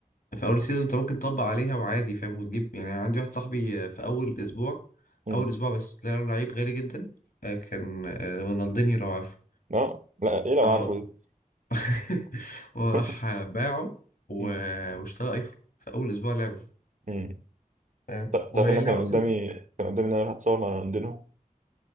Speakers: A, on the left; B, on the right.
A: في اول السيزون انت ممكن تطبق عليها وعادي فاهم وتجيب يعني عندي واحد صاحبي آه، في اول اسبوع
B: مم.
A: اول اسبوع بس طلع له لعيب غالي جدا آه، كان آه، رونالدينيو لو عارفه
B: أه لا إيه لو
A: اه
B: عارفه دي
A: <laughs> وراح
B: <laughs>
A: باعه و-
B: مم.
A: واشترى ايفون في اول اسبوع لعبه
B: مم.
A: فاهم
B: تع- تعرف
A: وهي
B: إن أنا
A: اللعبه
B: كان
A: اصلا
B: قدامي كان قدامي إن أنا أروح أتصور مع رونالدينو